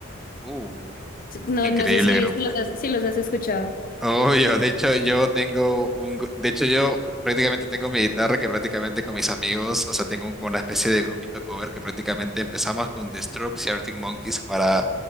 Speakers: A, in the centre; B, on the left (about 45°).
A: Uh,
B: No,
A: increíble
B: no sé si,
A: grupo.
B: si los has, si los has escuchado.
A: Obvio, de hecho yo tengo un, gru- de hecho yo prácticamente tengo mi guitarra que prácticamente con mis amigos, o sea, tengo un- como una especie de grupito cover que prácticamente empezamos con The Strokes y Arctic Monkeys para,